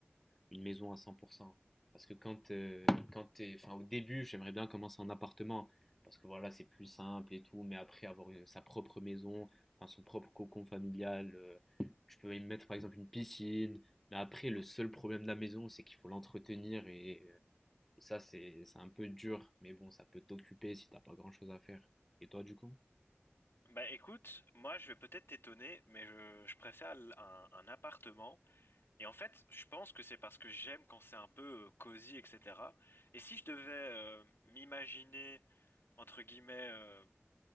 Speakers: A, in the centre; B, on the left (about 60°).
A: une maison à cent pour cent Parce que quand, euh, quand t'es, enfin, au début, j'aimerais bien commencer en appartement. Parce que voilà, c'est plus simple et tout. Mais après, avoir une- sa propre maison, enfin, son propre cocon familial, euh, tu peux y mettre par exemple une piscine. Mais après, le seul problème de la maison, c'est qu'il faut l'entretenir. Et, et ça, c'est, c'est un peu dur. Mais bon, ça peut t'occuper si t'as pas grand-chose à faire. Et toi, du coup?
B: Bah écoute, moi je vais peut-être t'étonner, mais je, je préfère l- un, un appartement. Et en fait, je pense que c'est parce que j'aime quand c'est un peu euh, cosy, etc. Et si je devais euh, m'imaginer, entre guillemets, euh,